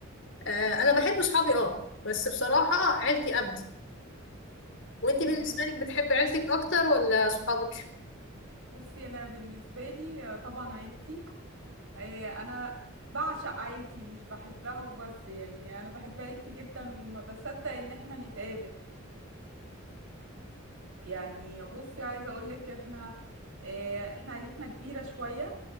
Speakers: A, on the left; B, on the right.
A: آه أنا بحب صحابي اه بس بصراحة عيلتي أبدا وأنت
B: تمام
A: بالنسبة لك بتحبي عيلتك أكتر ولا صحابك؟
B: بصي انا بالنسبه لي آه، طبعا عيلتي آه، انا بعشق عيلتي مش بحبها وبس يعني انا بحب عيلتي جدا وما بصدق ان احنا نتقابل يعني بصي عايزه اقول لك احنا آه، احنا عيلتنا كبيره شويه